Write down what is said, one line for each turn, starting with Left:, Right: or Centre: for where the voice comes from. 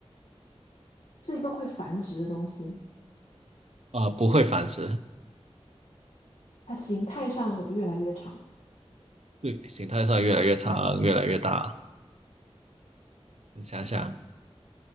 Left: 是一个会繁殖的东西，
Right: 啊，不会繁殖，
Left: 它形态上越来越长。
Right: 对，形态上越来越长，越来越大。你想想，